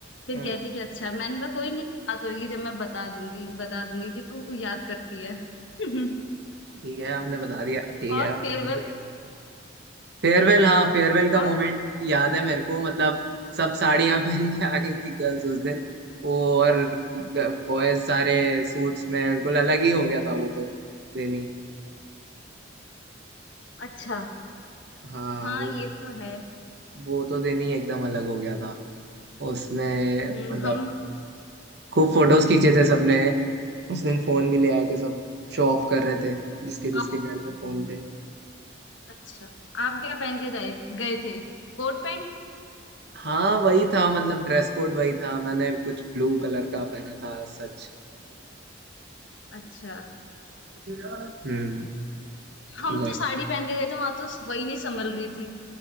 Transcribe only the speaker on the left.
फिर
कहती कि अच्छा मैंने कहा कोई नहीं जब बात होगी जब मैं बता दूंगी बता दूंगी कि तू याद करती है <laughs>
और
फेयरवेल
और
अच्छा
हाँ
ये तो है
हम्म
हम
आप-
अच्छा आप क्या पहन के गए गए थे कोट पैंट
अच्छा
हम
तो साड़ी पहन के गए थे वहां तो वही नहीं संभल रही थी